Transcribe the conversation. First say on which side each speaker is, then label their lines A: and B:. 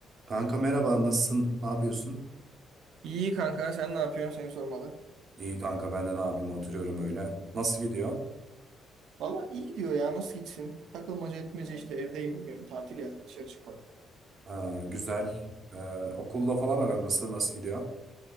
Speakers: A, on the right (about 50°); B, on the right (about 75°).
A: Kanka merhaba, nasılsın? Ne yapıyorsun?
B: İyi kanka sen ne yapıyorsun seni sormalı.
A: İyi kanka ben de ne yapayım oturuyorum öyle. Nasıl gidiyor?
B: Valla iyi gidiyor ya nasıl gitsin? Takılmaca etmece işte evdeyim bugün tatil ya dışarı çıkmadım.
A: Ha, güzel. Ee, okulla falan aran nasıl nasıl gidiyor?